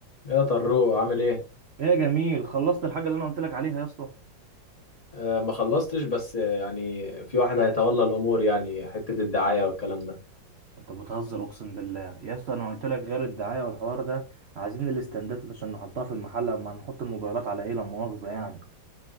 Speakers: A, on the left; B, on the right.
A: يا طروق عامل ايه
B: ايه يا جميل خلصت الحاجه اللي انا قلت لك عليها يا اسطى
A: آه ما خلصتش بس آه، يعني في واحد هيتولى الامور يعني حتة الدعاية والكلام ده
B: انت بتهزر اقسم بالله يا اسطى انا قلت لك غير الدعايه والحوار ده عايزين الاستندات اللي عشان نحطها في المحل اما نحط الموبايلات على ايه لا مؤاخذه يعني